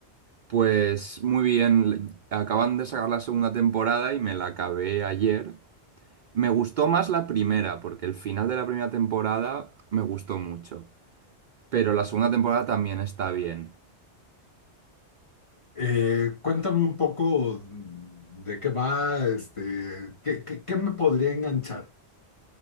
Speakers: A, on the right; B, on the left.
A: Pues muy bien, acaban de sacar la segunda temporada y me la acabé ayer. Me gustó más la primera, porque el final de la primera temporada me gustó mucho. Pero la segunda temporada también está bien.
B: Eh, cuéntame un poco de qué va, este, qué, qué- qué me podría enganchar.